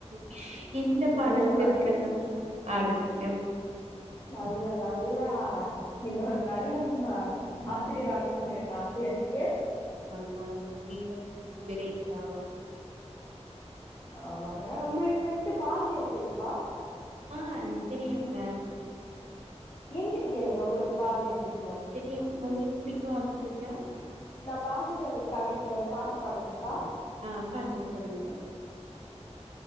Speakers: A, on the right; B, on the left.
A: <inaudible> இந்த பாடல்களுக்கெல்லா
B: நல்ல பாடல்
A: மேம். ஆடுவங்க.
B: நல்ல நல்லா நீங்க ஒரு நடனம்ம ஆசிரியர்
A: ம்
B: ஆகணுன் எனக்கு ஆசையாருக்கு.
A: ஆமாங்க நீங்களும் கிரேட் எதாவு
B: ஆமாங்க உங்குளுக்கு வந்ட்டு பாரதியார் தெரிமா?
A: ஆ என்க் தெரியுங்க.
B: ஏங்கிட்ட கேளுங்க உங்குளுக்கு பாரதியார் புடிக்குமான்னு.
A: தெரியும் உங்குளுக் புடிக்குமா பாரதியார்?
B: நா பாரதியாலோத கவித் அ ஒரு பாட்டு பாடல்ட்டா?
A: ஆ பாடுங்க சொல்லுங்க சொல்லுங்க.